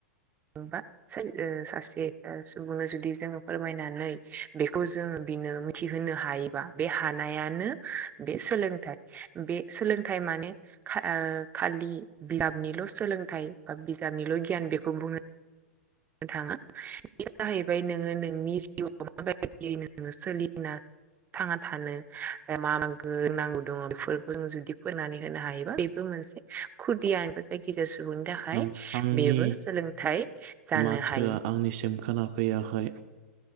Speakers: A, on the right; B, on the right.
A: नबा ओ सासे सुबुंनो जुदि जोङो फोरमायनानै बेखौ जोङो बिनो थि होनोनो हायोबा बे हानायानो बे सोलोंथाइ बे सोलोंथाइ माने ओ खालि बिजाबनिल' सोलोंथाइ बा बिजाबनिल' गियान बेखौ बुंङा। नो थाङा बे जाहैबाय नोङो नोंनि जिउआव माबायदियै नोङो सोलिना। थांना थानो मा मा गनांगौ दङ बेफोरखौ जों जुदि फोरनानै होनो हायोबा बेबो मोनसे खुदियाबो जायखिजाया सुबुंनि थाखाय
B: नोंथांनि
A: बेबो सोलोंथाइ जानो
B: माथोआ
A: हायो।
B: आंनिसिम खोनाफैयाखै